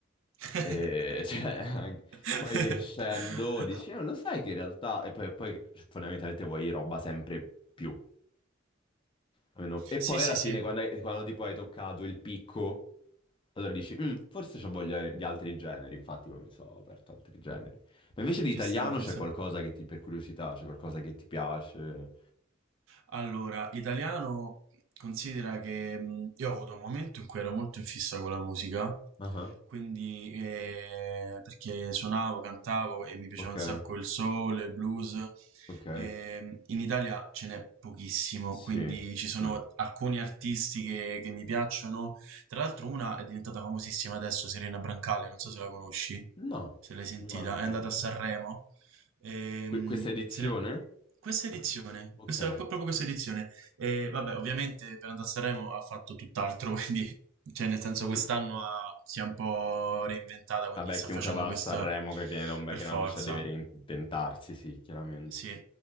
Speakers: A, on the right (about 75°); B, on the left (about 25°).
A: <laughs>
B: E, cioè, <laughs> anche- poi crescendo dici, "Eh, lo sai che in realtà... E poi, poi fondamentalmente vuoi roba sempre più. Almeno- E
A: Sì,
B: poi
A: sì,
B: alla
A: sì.
B: fine, quando, hai- quando tipo hai toccato il picco, allora dici, "Mm, forse c'ho voglia di altri generi, infatti poi mi sono aperto altri generi. Ma invece di italiano
A: Ci sta, ci
B: c'è
A: sta.
B: qualcosa che ti, per curiosità, c'è qualcosa che ti piace?
A: Allora, italiano considera che mh, io ho avuto un momento in cui ero molto in fissa con la musica,
B: Ah,
A: quindi eh, perché suonavo, cantavo e mi piaceva
B: Ok,
A: un sacco il soul, il blues.
B: ok,
A: Ehm, in Italia ce n'è pochissimo,
B: sì,
A: quindi ci
B: sì.
A: sono alcuni artisti che, che mi piacciono. Tra l'altro una è diventata famosissima adesso, Serena Brancale, non so se la conosci,
B: No,
A: se l'hai sentita,
B: mi manca.
A: è andata a Sanremo. Ehm,
B: Que- questa edizione?
A: se ne- questa edizione,
B: Ok.
A: questa, qu- proprio questa edizione, e vabbè, ovviamente per andare a Sanremo ha fatto tutt'altro, <laughs> quindi, cioè, nel senso, quest'anno ha- si è un po' reinventata, quindi
B: Vabbè,
A: sta
B: chiunque
A: facendo
B: va
A: questa
B: a Sanremo che viene da un background,
A: per forza.
B: cioè deve reinventarsi, sì, chiaramente.
A: Sì,